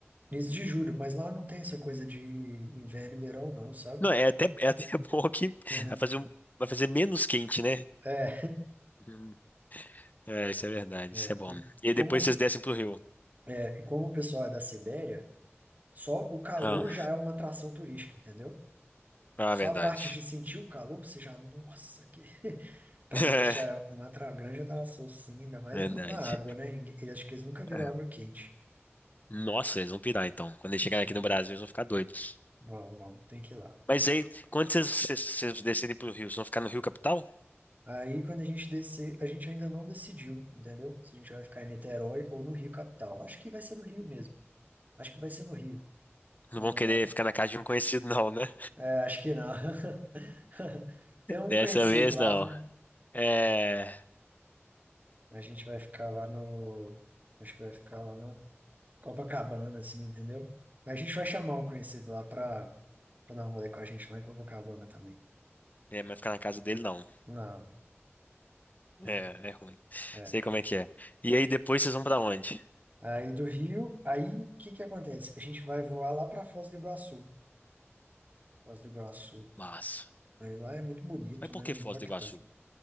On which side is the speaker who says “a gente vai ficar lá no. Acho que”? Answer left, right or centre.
Right